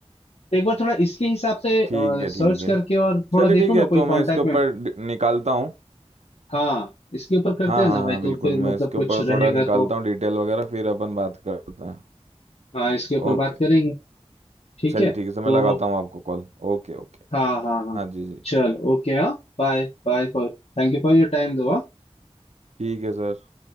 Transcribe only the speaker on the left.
तो एक बार थोड़ा इसके हिसाब से
सर्च
करके और थोड़ा
देखो
ना कोई
कांटेक्ट
में
हाँ इसके ऊपर करते
हैं
ना भाई
तो
फिर
मतलब
कुछ
रहेगा
तो
हाँ इसके ऊपर
बात करेंगे ठीक
है
तो
हाँ हाँ हाँ
चल ओके हाँ bye bye for thank you for your time दो हाँ